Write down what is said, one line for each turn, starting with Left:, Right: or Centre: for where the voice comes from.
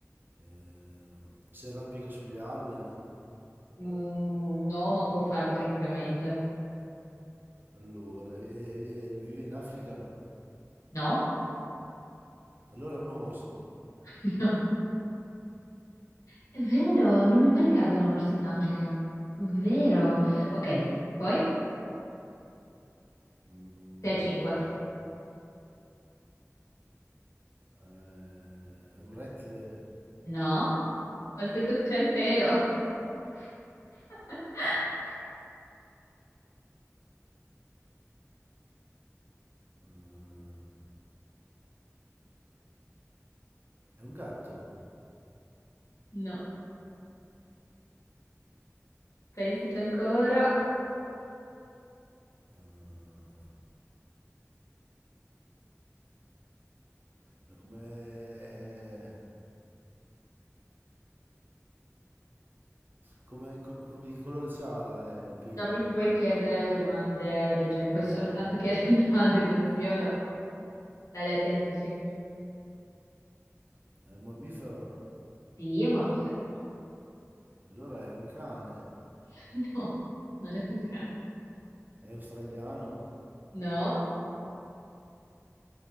Right: eh, si arrampica sugli alberi,
Left: Mm, no, ma può farlo tranquillamente.
Right: allora, e- e- e vive in Africa,
Left: No?
Right: allora è un orso,
Left: <laughs> No. È vero, non mi pare che abbiano orsi in Africa. Vero. Ok, poi?
Right: Mm,
Left: 6 a 5.
Right: eh, è un rettile,
Left: No? Ho sentito che c'è il pelo. <laughs>
Right: eh, è un gatto,
Left: No, Pensaci ancora.
Right: eh, è come, è- come- com- come di che colore c'ha la- il pelo?
Left: Non mi puoi chiedere domande del genere, puoi
Right: Ah,
Left: soltanto chiedere <laughs> domande con sì o no. Dai, dai, pensaci.
Right: è un mammifero,
Left: Sì, è un mammifero.
Right: allora è un cane,
Left: <laughs> No, non è un cane.
Right: è australiano,
Left: No,